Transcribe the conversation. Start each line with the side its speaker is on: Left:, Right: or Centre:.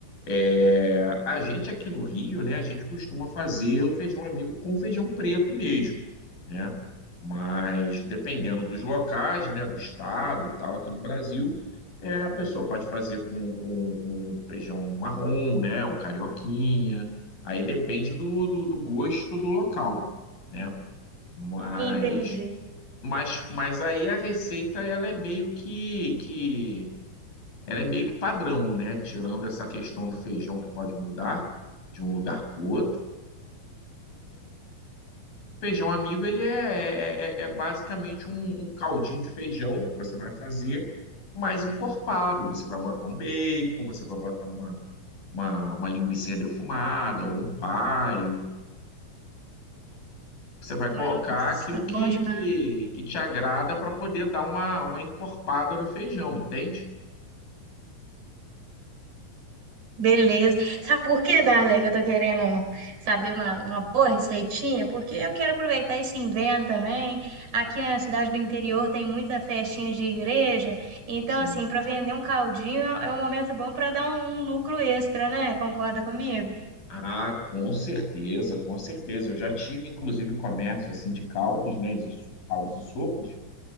Left: É, a gente aqui no Rio, né, a gente costuma fazer o feijão amigo com feijão preto mesmo, né? Mas dependendo dos locais, né, do estado e tal, aqui do Brasil, é, a pessoa pode fazer com, com, com feijão marrom, né? Ou carioquinha. Aí depende do, do, do gosto do local, né? Mas,
Right: Entendi.
Left: mas, mas aí a receita ela é meio que, que ela é meio que padrão, né? Tirando essa questão do feijão que pode mudar de um lugar para o outro. Feijão amigo, ele é, é, é é basicamente um, um caldinho de feijão que você vai fazer mais encorpado. Você vai botar um bacon, você vai botar uma, uma, uma linguicinha defumada ou um paio. Você vai
Right: Nossa,
Left: colocar aquilo que,
Right: bom demais.
Left: que, que te agrada para poder dar uma, uma encorpada no feijão, entende?
Right: Beleza. Sabe por que, Darley, que eu tô querendo saber uma, uma boa receitinha? Porque eu quero aproveitar esse inverno também. Aqui na cidade do interior tem muita festinha de igreja. Então,
Left: Sim.
Right: assim, para vender um caldinho é é um momento bom para dar um um lucro extra, né? Concorda comigo?
Left: Ah, com certeza, com certeza. Eu já tive, inclusive, comércio assim de caldos, né? de su- Caldos e sopas.